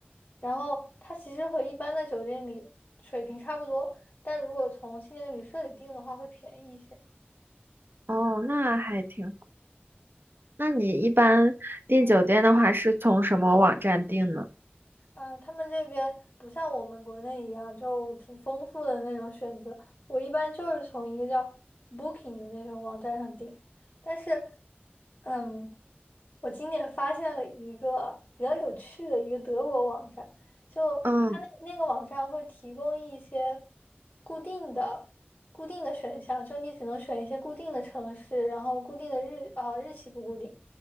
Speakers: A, on the left; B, on the right.
A: 然后它其实和一般的酒店里水平差不多，但如果从青年旅社里订的话会便宜一些。
B: 哦，那还挺。那你一般订酒店的话，
A: 嗯。
B: 是从什么网站订呢？
A: 嗯，他们这边不像我们国内一样，就挺丰富的那种选择。我一般就是从一个叫 Booking 的那种网站上订，但是嗯，我今年发现了一个比较有趣的一个德国网站，就它那那个网站会提供一些
B: 嗯，
A: 固定的、固定的选项，就你只能选一些固定的城市，然后固定的日啊、日期不固定，